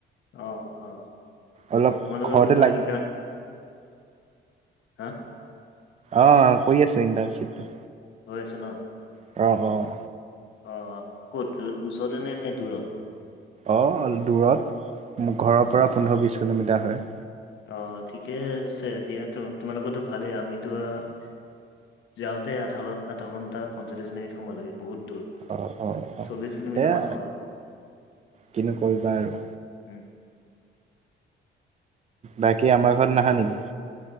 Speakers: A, on the left; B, on the right.
A: অ', অ',
B: অলপ
A: তোমালোকৰ
B: ঘৰতে
A: কিবা
B: লাগি
A: ইণ্টাৰভিউ। হা।
B: অ', কৰি আছোঁ, ইণ্টাৰ্ণশ্বিপটো।
A: হৈ আছে ন।
B: অ', অ',
A: অ', ক'ত। ওচৰতে নে দূৰত।
B: অ', দূৰত। ঘৰৰ পৰা পোন্ধৰ বিছ কিলোমিটাৰ হয়।
A: অ', ঠিকে আছে দিয়া। তো তোমালোকৰতো ভালেই, আমিতো আ- যাওঁতে আধা ঘণ্টা, দুঘন্টা পঞ্চল্লিশ মিনিট সময় লাগে বহুত। ত
B: অ', অ', অ',
A: চল্লিছ কিলোমিটাৰ
B: সেয়া
A: মান হয়।
B: কিনো কৰিবা আৰু।
A: উম্।
B: বাকী আমাৰ ঘৰত নাহা নেকি?